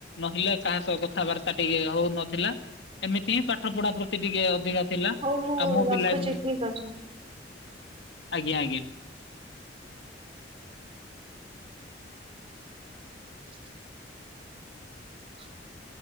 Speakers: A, on the left; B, on the right.
A: ନହେଲେ କାହା ସହ କଥାବାର୍ତ୍ତା ଟିକେ ହଉନଥିଲା। ଏମିତି ହିଁ ପାଠ ପଢା ପ୍ରତି ଟିକେ ଅଧିକା ଥିଲା
B: ହଉ ମୁଁ
A: ଆଉ ବି
B: ରଖୁଛି
A: ଲାଇବ୍ରେରୀ
B: ଠିକ ଅଛି।
A: ଆଜ୍ଞା ଆଜ୍ଞା।
B: <inaudible> କର <inaudible>